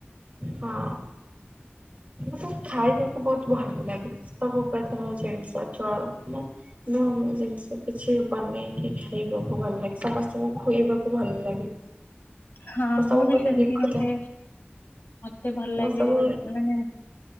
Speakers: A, on the right; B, on the left.
A: ହଁ। ମତେ ଖାଇବାକୁ ବହୁତ ଭଲ ଲାଗେ ସବୁ ପ୍ରକାର ଜିନିଷ ଜଳ ମାନେ ନୂଆ ନୂଆ ଜିନିଷ କିଛି ବନେଇକି ଖାଇବାକୁ ଭଲ ଲାଗେ ସମସ୍ତଙ୍କୁ ଖୁଆଇବାକୁ ଭଲ ଲାଗେ।
B: ହଁ ମୁଁ
A: ସବୁବେଳେ
B: ବି ସେମିତି
A: ଦେଖୁଥାଏ
B: ମତେ ମତେ ଭଲ
A: ମୁଁ
B: ଲାଗେ
A: ସବୁ
B: ମାନେ